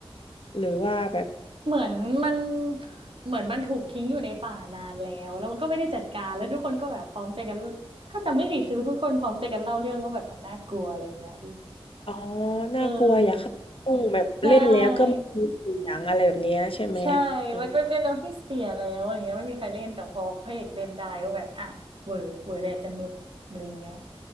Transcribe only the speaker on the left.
หรือว่าแบบ
อ๋อ
น่ากลัวอย่าเข้าห้องแบบเล่นแล้วก็ไม่มีเสียงอะไรแบบเนี้ยใช่ไหม
อืม